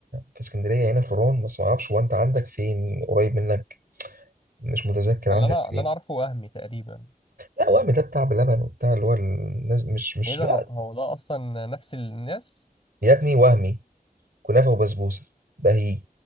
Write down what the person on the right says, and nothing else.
في اسكندريه هنا في الرون بس ما اعرفش هو انت عندك فين قريب منك مش متذكر عندك
فين
لا وهم ده بتاع بلبن وبتاع اللي هو الناس مش مش
لا
يا ابني وهمي كنافة وبسبوسة بهيج